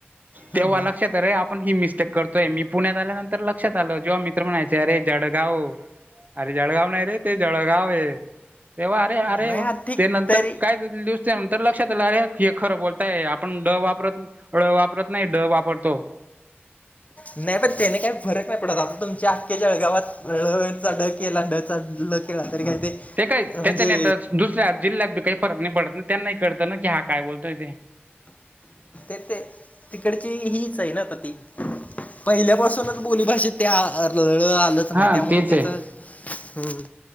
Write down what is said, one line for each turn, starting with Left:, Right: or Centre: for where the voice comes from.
Left: हम्म
Right: तेव्हा
Left: हम्म
Right: लक्षात रे आपण ही मिस्टेक करतोयं. मी पुण्यात आल्यानंतर तर लक्षात आलं जेव्हा मित्र म्हणायचे अरे जडगाव अरे जडगाव नाही रे ते जळगाव. तेव्हा अरे -अरे
Left: नाही हा ठीक
Right: ते नंतर
Left: तरी
Right: काय दिवस नंतर लक्षात आलं अरे हे खरं बोलतायं आपण ड वापरत नाही. ळ वापरत नाही ड वापरतो.
Left: नाही पण त्याने काही फरक नाही पडतं आता तुमच्या आख्ख्या जळगावात ळचा ड केला ड चा ळ केला. तरी काय ते
Right: ते काय
Left: म्हणजे
Right: त्याच्या ने त दुसऱ्या जिल्हात काही फरक नाही पडतं नाही त्यांना ही कळत त्यांना कि हा काय बोलतोयं ते.
Left: कसे? तिकडची हीच हायना आता ती. पहिल्यापासूनचं बोलीभाषेत ते आ ळ आलं. अस
Right: हा
Left: नाही त्यामुळे
Right: तेच
Left: त्याचं.
Right: आहे
Left: हम्म